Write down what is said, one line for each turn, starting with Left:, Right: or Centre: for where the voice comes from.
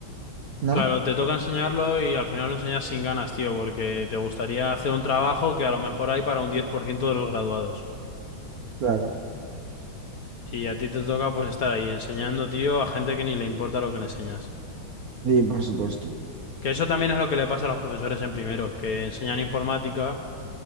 Right: ¿no?
Left: claro, te toca enseñarlo y al final lo enseñas sin ganas, tío, porque te gustaría hacer un trabajo que a lo mejor hay para un 10% de los graduados.
Right: Claro,
Left: Y a ti te toca pues estar ahí enseñando, tío, a gente que ni le importa lo que le enseñas.
Right: sí, por supuesto.
Left: Que eso también es lo que le pasa a los profesores en primero, que enseñan informática,